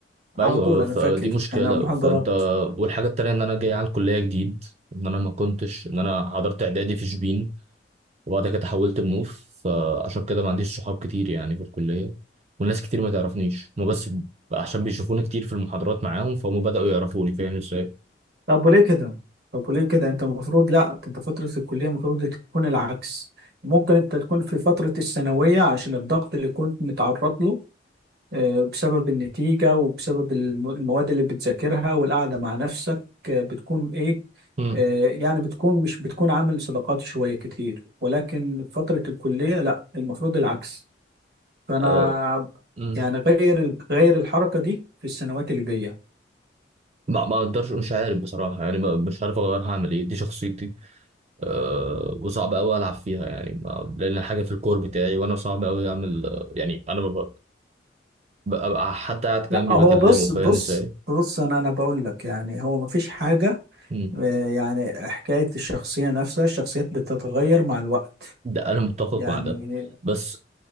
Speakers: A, on the right (about 35°); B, on the right (about 60°).
A: ايوه
B: على طول انا
A: فدي
B: فاكر
A: مشكله
B: انا محاضرات
A: فانت والحاجه التانيه ان انا جاي على الكليه جديد ان انا ما كنتش ان انا حضرت اعدادي في شبين وبعد كده حولت منوف فعشان كده ما عنديش صحاب كتير يعني في الكليه والناس كتير ما تعرفنيش هما بس عشان بيشوفوني كتير في المحاضرات معاهم فهم بداوا يعرفوني فاهم ازاي
B: طب وليه كده طب وليه كده انت المفروض لا انت فترة الكلية المفروض تكون العكس ممكن انت تكون في فترة الثانوية عشان الضغط اللي كنت متعرض له آه، بسبب النتيجة وبسبب الم- المواد اللي بتذاكرها والقعدة مع نفسك آه، بتكون ايه
A: مم.
B: آه، يعني بتكون مش بتكون عامل صداقات شوية كتير ولكن فترة الكلية لا المفروض العكس فانا
A: أه مم.
B: يعني غير ال- غير الحركة دي في السنوات اللي جاية
A: ما ما اقدرش مش عارف بصراحه يعني ما- مش عارف اغيرها هعمل ايه دي شخصيتي أه وصعب قوي العب فيها يعني ما لان حاجه في الكور بتاعي وانا صعب قوي اعمل يعني انا ببقى ببقى حتى قاعد جنبي
B: لا هو
A: بكلمه
B: بص
A: فاهم
B: بص
A: ازاي؟
B: بص انا انا بقول لك يعني هو مفيش حاجه
A: مم.
B: آه، يعني حكايه الشخصيه نفسها الشخصيات بتتغير مع الوقت
A: ده انا متفق
B: يعني
A: مع ده بس